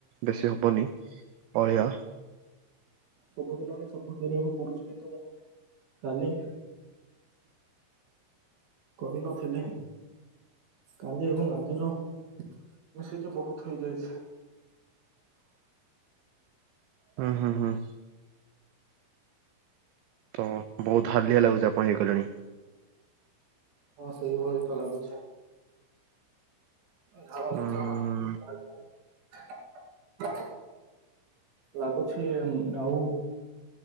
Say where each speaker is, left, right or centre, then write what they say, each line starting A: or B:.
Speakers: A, on the right (about 85°); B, on the right (about 65°).
A: ବେଶୀ ହବନି ଅଳିଆ।
B: ସବୁଦିନ ହିଁ ସଫା କରିବାକୁ ପଡୁଛି କିନ୍ତୁ କାଲି କରିନଥିଲି। କାଲି ଏବଂ ଆଜିର ମିଶିକି ବହୁତ୍ ହେଇଯାଇଛି।
A: ହୁଁ-ହୁଁ-ହୁଁ। ତ ବହୁତ୍ ହାଲିଆ ଲାଗୁଛି ଆପଣ ହେଇଗଲେଣି।
B: ହଁ ସେଇଭଳି ତ ଲାଗୁଛି। ଝାଳ ମଧ୍ୟ
A: ଉଁ ହୁଁ।
B: ଲାଗୁଛି ଆଉ